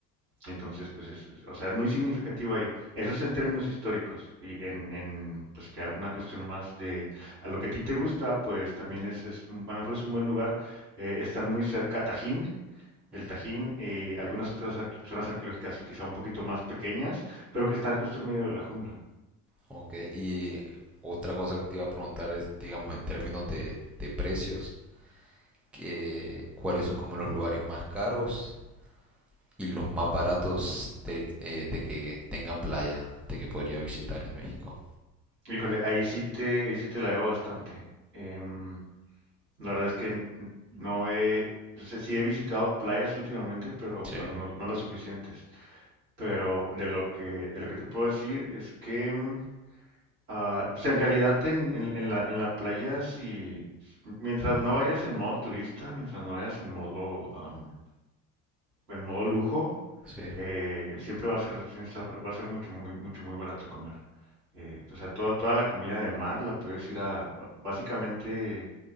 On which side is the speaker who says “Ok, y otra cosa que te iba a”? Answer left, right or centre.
Centre